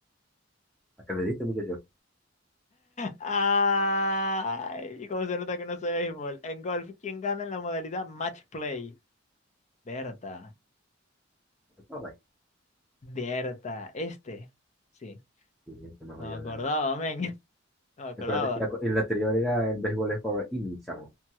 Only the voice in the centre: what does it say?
¿A qué le diste, muchacho?
¿A todo ahí?
Sí, el que más
mayor
gana.
Acuérdate, y acu- y la anterior era el béisbol es por inning, chamo.